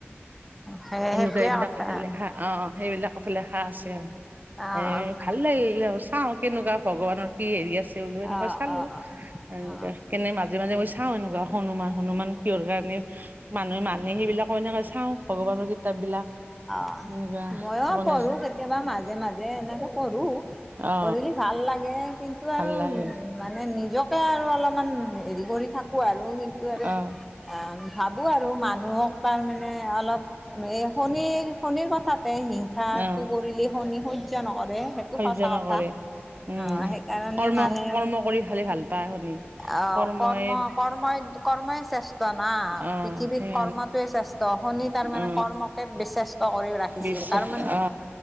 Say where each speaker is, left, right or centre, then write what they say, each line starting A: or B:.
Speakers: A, in the centre; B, on the right (about 45°).
A: সেই
B: হিন্দু
A: সেইটোৱে
B: <unintelligible> এইবিলাক
A: কথা
B: লে হা অ সেইবিলাকক লে হা আছে আৰু।
A: অ', অ',
B: এ ভাল লাগিলে আৰু চাও কেনেকুৱা ভগৱানৰ কি হেৰি আছে বোলো এনেকুৱা
A: অ',
B: চালো
A: অ', অ',
B: আৰু
A: অ'।
B: এতিয়া
A: অ'।
B: সেকানে মাজে মাজে মই চাও এনেকুৱা। হনুমান হনুমান কিহৰ কাৰণে মানুহে মানে সেইবিলাকো এনেকে চাও ভগৱানৰ কিতাপ বিলাক
A: অ',
B: এনেকুৱা
A: ময়ো
B: গণেশ
A: পঢ়ো কেতিয়াবা মাজে মাজে এনেকৈ কৰোঁ
B: অ
A: কৰিলি ভাল লাগে কিন্তু
B: ভাল
A: আৰু
B: লাগে
A: মানে নিজকে আৰু অলপমান হেৰি কৰি থাকো আৰু কিন্তু আৰু
B: অ
A: ভাবোঁ আৰু মানুহক তাৰমানে অলপ এই শনিৰ, শনিৰ কথাতে হিংসাটো
B: অ
A: কৰিলে শনি সহ্য নকৰে। টো
B: সহ্য
A: সঁচা
B: নকৰে
A: কথা।
B: উম
A: অ', সেইকাৰণে
B: কৰ্ম
A: মানে
B: কৰ্ম কৰি খালি ভাল পায় শুনি
A: আহ
B: কৰ্মই
A: কৰ্ম কৰ্মই, কৰ্মই শ্ৰেষ্ঠ না
B: অ
A: পৃথিৱীত
B: সেই
A: কৰ্মটোৱে শ্ৰেষ্ঠ শনি তাৰমানে
B: অ
A: কৰ্মকে বিশেষত্ব কৰি ৰাখিছিল
B: বিশ্বাস
A: তাৰমানে
B: অ